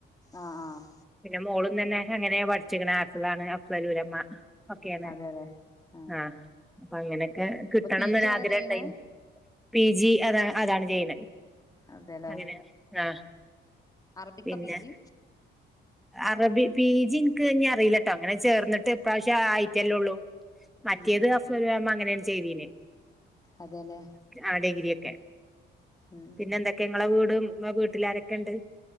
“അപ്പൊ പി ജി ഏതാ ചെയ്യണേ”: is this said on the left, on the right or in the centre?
Left